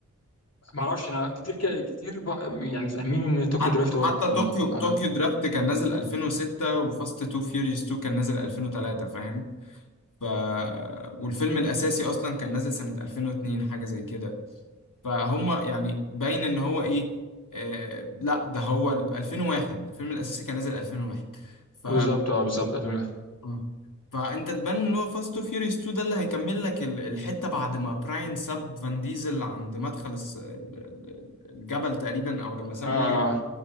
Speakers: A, on the left (about 55°); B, on the left (about 85°).
A: ما اعرفش انا كتير كتير بقى- يعني فاهمين ان طوكيو
B: حتى
A: دريفت هو
B: حتى
A: التاني
B: طوكيو طوكيو
A: آه
B: درافت كان نازل 2006 وفاست تو فيوريوس 2 كان نازل 2003 فاهم ف والفيلم الاساسي اصلا كان نازل سنة 2002 حاجة زي كده فهم يعني باين ان هو ايه آه لا ده هو ال- 2001 الفيلم الاساسي كان نازل 2001 ف
A: بالظبط اه بالظبط 2001.
B: آه. فانت تبان ان هو فاست تو فيوريوس 2 ده اللي هيكمل لك ال- الحتة بعد ما براين ساب فان ديزل عند مدخل الس- ال- ال- الجبل تقريبا او لما سابه
A: اه آه،
B: يجري